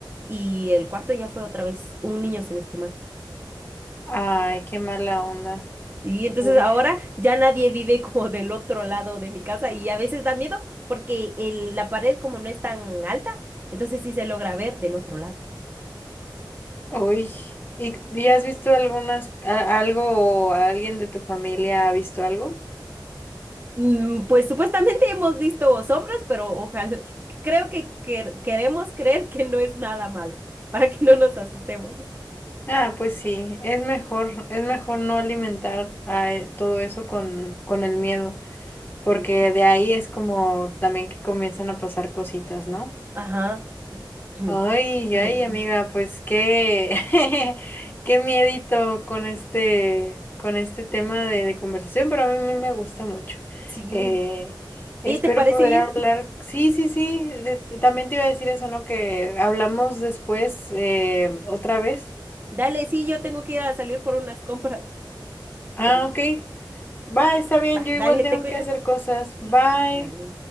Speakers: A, on the right; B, on the left.
A: y el cuarto ya fue otra vez un niño, si no estoy mal.
B: Ay, qué mala onda.
A: Y entonces
B: Uy,
A: ahora ya nadie vive como del otro lado de mi casa y a veces da miedo porque el- la pared como no es tan alta, entonces sí se logra ver del otro lado.
B: uy. ¿Y, y has visto algunas, a- algo o alguien de tu familia ha visto algo?
A: Mm, Pues supuestamente hemos visto sombras, pero ojalá, <laughs> creo que, que- queremos creer que no es nada malo, <laughs> para que no nos asustemos.
B: Ah, pues sí, es mejor, es mejor no alimentar a eh, todo eso con, con el miedo, porque
A: Sí.
B: de ahí es como también que comienzan a pasar cositas, ¿no?
A: Ajá. <clears throat>
B: Ay,
A: Pero
B: ay,
A: bueno.
B: amiga, pues qué, <laughs> qué miedito con este, con este tema de, de conversación, pero a mí, me gusta mucho.
A: Sí.
B: Eh, espero
A: Oye, ¿te parece
B: poder
A: bien?
B: hablar, sí, sí, sí, de- también te iba a decir eso, ¿no? Que hablamos después eh, otra vez.
A: Dale, sí, yo tengo que ir a salir por unas compras.
B: Ah,
A: Pero
B: ok. Bye, está bien,
A: Va,
B: yo
A: dale,
B: igual tengo
A: te cuidas.
B: que hacer cosas. Bye.
A: Dale.